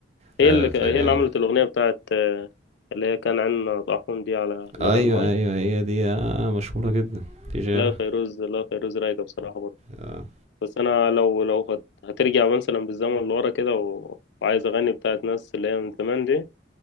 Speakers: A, on the right; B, on the left.
A: لا
B: هي اللي
A: فجميل
B: هي اللي عملت الأغنية بتاعت آه، اللي هي كان عندنا طاحون دي على نبع
A: ايوه
B: المي
A: ايوه هي دي آه مشهورة جدا في غيرها
B: لا يا فيروز لا يا فيروز رايقة بصراحة برضه
A: اه
B: بس أنا لو لو هت- هترجع مثلا بالزمن لورا كده و... وعايز أغني بتاعت ناس اللي هي من زمان دي